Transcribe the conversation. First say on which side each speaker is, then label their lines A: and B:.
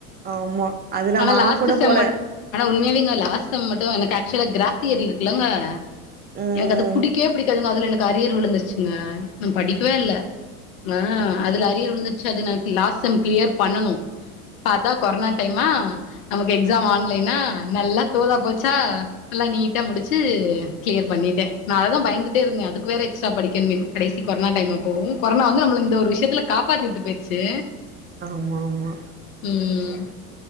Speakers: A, on the right; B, on the left.
A: ஆமா அது நா
B: ஆனா
A: வாங்க
B: லாஸ்ட்டு
A: கூட
B: செம்
A: போல
B: மட் ஆனா உண்மையாவேங்க லாஸ்ட் செம் மட்டு எனக்கு அக்சுலா கிராஃப் தியரி இருக்குல்லங்க
A: ம்
B: எனக்கு அது புடிக்கவே புடிக்காதுங்க அதுல எனக்கு அரியர் விழுந்துருச்சிங்க நா படிக்கவே இல்ல ஆ அதுல அரியர் விழுந்திருச்சு அது நா லாஸ்ட் செம் கிளியர் பண்ணனு பாத்தா கொரோனா டைமா நமக்கு எக்ஸாம் ஆன்லைனா நல்லா தோதா போச்சா நல்லா நீட்டா முடிச்சி கிளியர் பண்ணிட்டே நா அதா பயந்துட்டே இருந்தே அதுக்கு வேற எக்ஸ்ட்ரா படிக்கணுமேன்னு கடைசி கொரோனா டைமா போவு கொரோனா வந்து நம்மள இந்த ஒரு விஷ்யத்துல காப்பாத்தி விட்டு போயிருச்சி
A: ஆமாமா
B: ம்